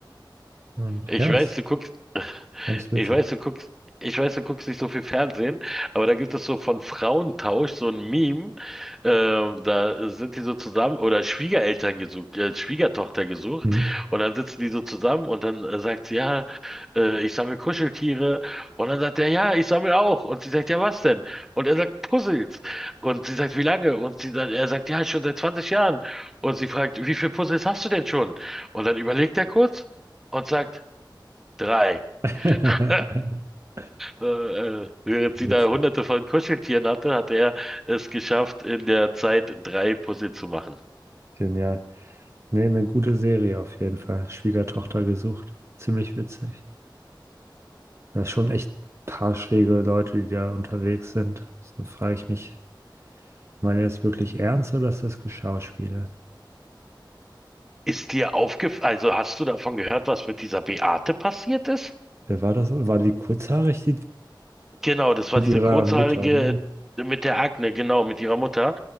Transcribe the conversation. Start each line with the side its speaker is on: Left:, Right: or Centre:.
Right: Und
Centre: Ich
Right: ja,
Centre: weiß,
Right: ist
Centre: du guckst,
Right: ganz witzig.
Centre: ich weiß, du guckst, ich weiß, du guckst nicht so viel Fernsehen, aber da gibt es so von Frauentausch so ein Meme, ähm, da sind die so zusammen oder Schwiegereltern gesucht, äh, Schwiegertochter gesucht
Right: Mhm.
Centre: und dann sitzen die so zusammen und dann äh, sagt sie, ja, äh, ich sammle Kuscheltiere und dann sagt er, ja, ich sammle auch und sie sagt, ja, was denn? Und er sagt, Puzzles und sie sagt, wie lange? Und sie dann, er sagt, ja, schon seit 20 Jahren und sie fragt, wie viele Puzzles hast du denn schon? Und dann überlegt er kurz und sagt, Drei.
Right: <laughs>
Centre: <laughs> Äh, äh, während sie
Right: Witzig.
Centre: da hunderte von Kuscheltieren hatte, hat er es geschafft, in der Zeit drei Puzzle zu machen.
Right: Genial. Nee, eine gute Serie auf jeden Fall. Schwiegertochter gesucht. Ziemlich witzig. Da ist schon echt ein paar schräge Leute, die da unterwegs sind. So frage ich mich, meinen die das wirklich ernst oder ist das geschauspielert?
Centre: Ist dir aufgefallen, also hast du davon gehört, was mit dieser Beate passiert ist?
Right: Wer war das? War die kurzhaarig, die
Centre: Genau, das
Right: mit
Centre: war diese
Right: ihrer
Centre: kurzhaarige
Right: Mutter, ne?
Centre: mit der Akne, genau, mit ihrer Mutter.